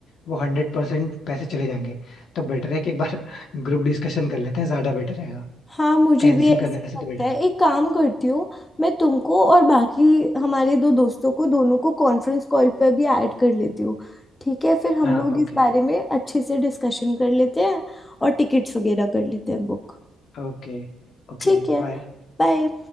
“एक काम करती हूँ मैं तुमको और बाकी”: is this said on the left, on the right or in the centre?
Left